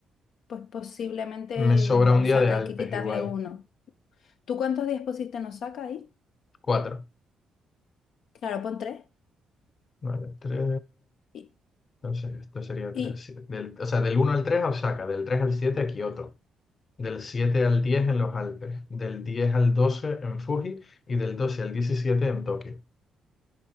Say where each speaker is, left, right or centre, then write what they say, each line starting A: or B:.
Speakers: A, on the left (about 75°); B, on the left (about 40°).
A: Pues posiblemente
B: me sobra
A: a
B: un
A: Osaka
B: día de Alpes
A: hay que quitarle
B: igual.
A: uno. ¿Tú cuántos días pusiste en Osaka ahí?
B: Cuatro.
A: Claro, pon tres.
B: Vale, tres.
A: Y,
B: Entonces, esto sería
A: y
B: 3 del, o sea, del uno al 3 a Osaka, del 3 al 7 a Kioto, del 7 al 10 en los Alpes, del 10 al doce en Fuji y del 12 al 17 en Tokio.